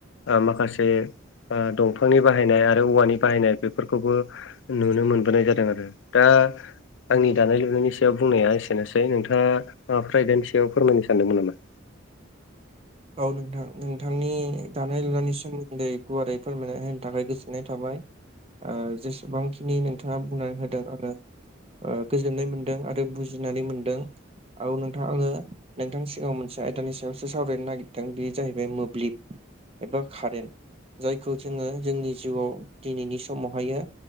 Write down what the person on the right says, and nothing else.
औ नोंथां नोंथांनि दानाय लुनायनि सोमोन्दै गुवारै फोरमायना होनो थाखाय गोजोननाय थाबाय। ओ जेसेबांखिनि नोंथाङा बुंनानै होदों आरो ओ गोजोननाय मोन्दों आरो बुजिनानै मोनदों। औ नोंथां आङो नोंथांनि सिगाङाव मोनसे आयदानि सायावसो सावरायनो नागि दों बेयो जाहैबाय मोब्लिब एबा कारेन्ट। जायखौ जोङो जोंनि जिउआव दिनैनि समावहायो